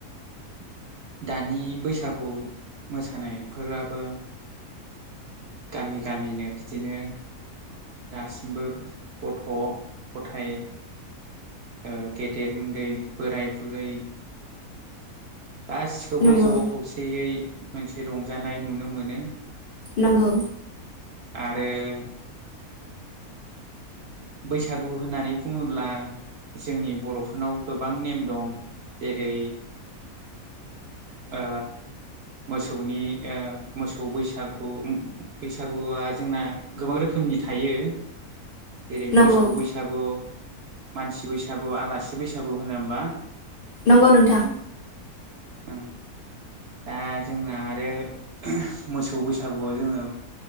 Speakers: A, on the right; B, on the left.
A: दानि बैसागु मोसानायफोराबो गामि गामिनो बिदिनो दासिमबो गथ' गथाइ ओ गेदेर उन्दै बोराय बुरै गासिखौबो
B: नंगौ
A: ज' खौसेयै मोनसे रंजानाय नुनो मोनो
B: नंगौ
A: बे बैसागु होननानै बुङोब्ला जोंनि बर'फोरनाव गोबां नेम दं जेरै ओ मोसौनि ओ मोसौ बैसागु बैसागुआ जोंना गोबां रोखोमनि थायो जेरै
B: नंगौ
A: मोसौ बैसागु मानसि बैसागु आलासि बैसागु होना होमबा
B: नंगौ नोंथां
A: ओ दा जोंना आरो मोसौ बैसागुआव जोंङो